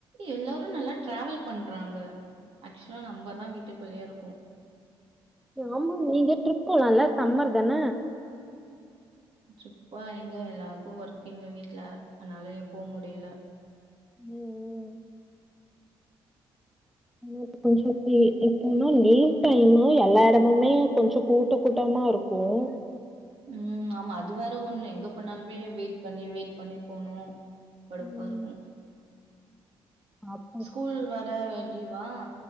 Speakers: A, on the right; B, in the centre.
A: எல்லாரும் நல்லா டிராவல் பண்றாங்க ஆக்சுவலா நம்மதான் வீட்டுக்குள்ளயே இருக்கோம்
B: ஆமா நீங்க ட்ரிப் போலாம்ல்ல சம்மர் தான
A: ட்ரிப்பா எங்க எல்லாருக்கும் ஒர்க்கிங் வீட்டுல அதனால எ போ முடில
B: உம் உம் க்கு கொஞ்சம் இப்பனா லீவ் டைம்மா எல்லா இடமுமே கொஞ்சம் கூட்ட கூட்டமா இருக்கும்
A: உம் ஆமா அது வேற ஒண்ணு எங்க போணாலுமே வெயிட் பண்ணி வெயிட் பண்ணி போனும் கடுப்பா
B: ம்
A: இருக்கும்
B: அப்போ
A: ஸ்கூல் வர வேண்டி வா